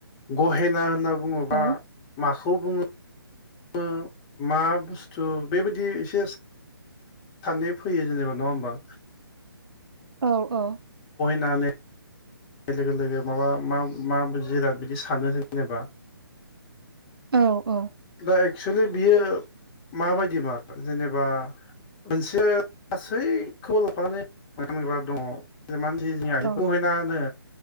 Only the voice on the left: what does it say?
गहेना होनना बुङोबा
माखौ खौ बुङो मा बुस्थु बेबायदि एसे साननाय फैयो जेनेबा नङा होमबा?
<unintelligible> लोगो लोगो माबा मा मा जिराद बिदि सानो जेनेबा
दा एक्सुलि बियो माबायदिमार जेनेबा मोनसे गासैखौबो लाफानानै <unintelligible> दङ <unintelligible>
गहेना होनो‌